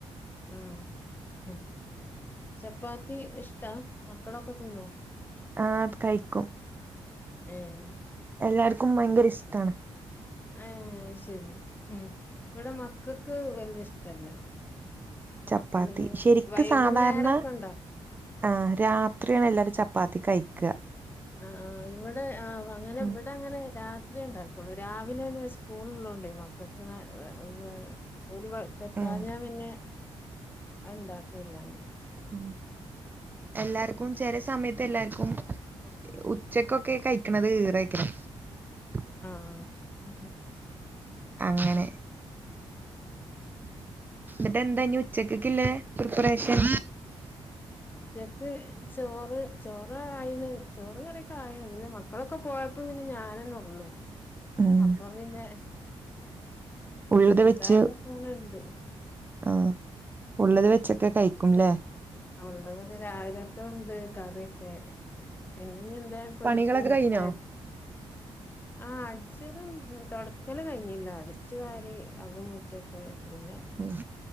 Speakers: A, on the left; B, on the right.
A: ആഹ് ചപ്പാത്തി ഇഷ്ടാ നിങ്ങളൊക്കെ തിന്നുവോ
B: ആഹ് കഴിക്കും
A: ആഹ്
B: എല്ലാർക്കും ഭയങ്കര ഇഷ്ടാണ്
A: ആഹ് ശരി ഉം ഇവിടെ മക്കക്ക് വല്യ ഇഷ്ടല്ല
B: ചപ്പാത്തി
A: അപ്പൊ പിന്നെ
B: ശരിക്ക്
A: വൈകുന്നേരൊക്കെ
B: സാധാരണ
A: ഉണ്ടാക്കും
B: ആ രാത്രിയാണ് എല്ലാരും ചപ്പാത്തി കഴിക്കുക
A: ആ ആഹ് ഇവിടെ ആ അങ്ങനെ
B: ഉം
A: ഇവിടെ അങ്ങനെ രാത്രി ഉണ്ടാക്കുള്ളൂ രാവിലെ തന്നെ സ്കൂള് ഉള്ളോണ്ടേ മക്കക്ക് <unintelligible> ഒരു <unintelligible>
B: ഉം
A: പിന്നെ ഉണ്ടാക്കയില്ലങ്ങനെ
B: ഉം എല്ലാർക്കും ചെറിയ സമയത്ത് എല്ലാർക്കും ഉച്ചക്കൊക്കെ കഴിക്കണത് <unintelligible>
A: ആ ഉം
B: അങ്ങനെ എന്നിട്ട് എന്താ ഇനി ഉച്ചക്കക്കില്ലേ പ്രിപ്പറേഷൻ
A: ക്ക് ചോറ് ചോറ ആയിന് ചോറും കറിക്കെ ആയി പിന്നെ മക്കളൊക്കെ പോയപ്പോ പിന്നെ ഞാ ൻ തന്നെ ഉള്ളൂ
B: ഉം
A: അപ്പൊ പിന്നെ
B: ഉള്ളത്
A: ചെറുതായിട്ടൊക്കെനുണ്ട്
B: വെച്ച് ആ ഉള്ളത് വെച്ചൊക്കെ കഴിക്കുംല്ലേ
A: ഉള്ളതൊക്കെ രാവിലത്ത ഉണ്ട് കറിയൊക്കെ പിന്നെ ഇനി എന്താ പൊരിക്കും
B: പണികളൊക്കെ
A: മുട്ട
B: കഴിഞ്ഞോ
A: ആ അടിച്ചതും തുടക്കല് കഴിഞ്ഞില്ല അടിച്ചു വാരി അകും മുറ്റൊക്കെ പിന്നെ
B: ഉം